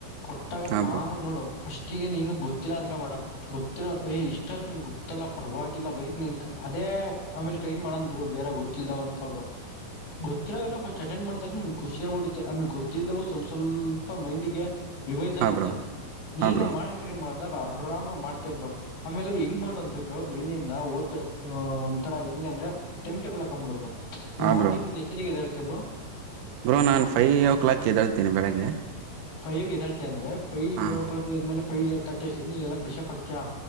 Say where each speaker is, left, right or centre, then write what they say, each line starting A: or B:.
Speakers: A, on the left (about 85°); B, on the right (about 80°).
A: ಕೊಟ್ಟಾಗ
B: ಹಾಂ
A: ಕಾಮಗ್
B: ಬ್ರೋ
A: ನೋಡು ಫಸ್ಟ್ ಫ್ರಿಸ್ಟ್ಗೆ ನೀನು ಗೊತ್ತಿಲ್ಲ ಅನ್ಕೋಬೇಡ ಗೊತ್ತಿರ ಏ ಇಷ್ಟಾರ ಗೊತ್ತಲ್ಲ ಪರವಾಗಿಲ್ಲ ಬರಿತಿನ ಅನ್ಕೊ ಅದೇ ಆಮೇಲೆ ಟ್ರೈ ಮಾಡನ ಬಿಡು ಬೇರೆ ಗೊತ್ತಿಲ್ಲದಾವ್ ಅನ್ಕೊಂಡಬಿಡು ಗೊತಿರೋಲ್ಲ ಫಸ್ಟ್ ಅಟೆಂಡ್ ಮಾಡ್ತಕ್ಷಣ ಖುಷಿಯಾಗಿ ಮತ್ತ ಆಮೇಲೆ ಗೊತ್ತಿಲ್ದವು ಸ್ವಲ್ಪ ಸ್ವಲ್ಪ ಮೈಂಡಿಗೆ ರಿವೈಸ್ ಆಗುತ್ತೆ
B: ಹಾಂ ಬ್ರೋ
A: ನೀನೇ
B: ಹಾಂ ಬ್ರೋ
A: ಮಾನಿಟರಿ ಮಾಡಿದಾಗ ಆರಾಮ ಮಾಡತ್ತಿಯಾ ಬ್ರೋ ಆಮೇಲೆ ಹೆಂಗ್ ಮಾಡು ಅಂದ್ರೆ ಬೆಳಿಗೆಯಿಂದ ಓದ ಒಂದ ತರ ಹೆಂಗ ಅಂದ್ರೆ ಟೈಮ್ ಟೇಬಲ್ ಹಾಕೊಂಡ ಬಿಡು ಬ್ರೋ ಈ
B: ಹಾಂ
A: ಮಾರ್ನಿಂಗ್
B: ಬ್ರೋ
A: ಎಷ್ಟೊತ್ತಿಗೆ ಎದ್ದೇಳ್ತಿಯಾ ಏಳ್ತಿಯಾ ಬ್ರೋ
B: ಬ್ರೋ ನಾನು ಫೈವ್ ಓ ಕ್ಲಾಕ್ ಎದಳ್ತೀನಿ ಬೆಳಗ್ಗೆ
A: ಫೈವ್ಗೆ ಎದ್ದೇಳ್ತಿಯಾ ಅಂದ್ರೆ ಫೈವ
B: ಹಾಂ
A: ಕ್ಲಾಕ್ ನೀನು ಎದ್ದೇಲ್ಮೇಲೆ ಪೈ ಫೈವ್ ತಿರ್ಟಿ ನೀನ್ ಎಲ್ಲ ಫ್ರೆಶ್ಪ್ ಹಾಕ್ತಿಯ